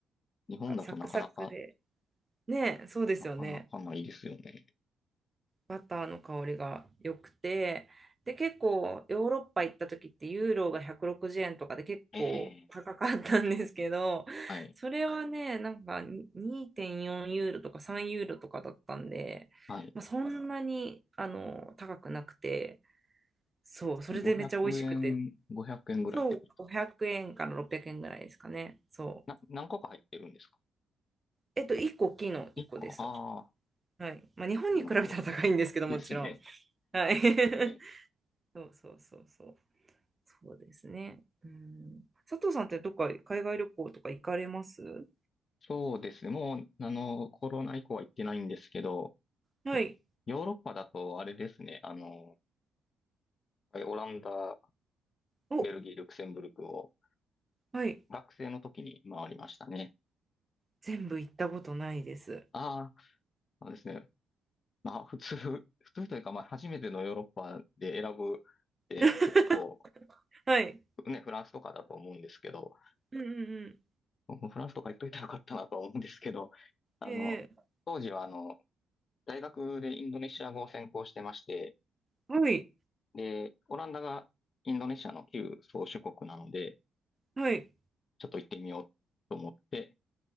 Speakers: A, on the left; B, on the right.
A: 日本だとなかなか、
B: なんかサクサクで。ねえ、そうですよね。
A: なかなかないですよね。
B: バターの香りが良くて。で、結構ヨーロッパ行った時ってユーロが160円とかで結構高かったんですけど、
A: ええはい、
B: それはね、なんかに2.4ユーロとか3ユーロとかだったんで、
A: はい。
B: まあ、そんなにあの高くなくて、そう、それでめっちゃ美味しくて、
A: 500円、500円ぐらいってことです。
B: そう、500円から600円ぐらいですかね。そう。
A: な、何個か入ってるんですか
B: えっと、1個大きいの1個です。
A: ?1 個。ああ、
B: はい。まあ、日本に比べたら高いんですけど、
A: なるほど。<laughs> ですね。
B: もちろん。はい。<laughs>
A: ね。
B: そうそうそうそう。そうですね。うん。佐藤さんってどっか海外旅行とか行かれます
A: そうですね。もう、あの、コロナ以降は行ってないんですけど、
B: はい。
A: ヨーロッパだとあれですね。あの、オランダ、
B: お、
A: ベルギー、ルクセンブルクを
B: はい。
A: 学生の時に回りましたね。
B: 全部行ったことないです。
A: ああ、そうですね。まあ、普通、<laughs> 普通というか、まあ、初めてのヨーロッパで選ぶって結構、
B: <laughs> はい。
A: ね、フランスとかだと思うんですけど、
B: うんうんうん。
A: 僕もフランスとか行っといたらよかったなとは思うんですけど、あの、
B: ええ
A: 当時はあの、大学でインドネシア語を専攻してまして、
B: はい。
A: で、オランダがインドネシアの旧宗主国なので、
B: はい。
A: ちょっと行ってみようと思って、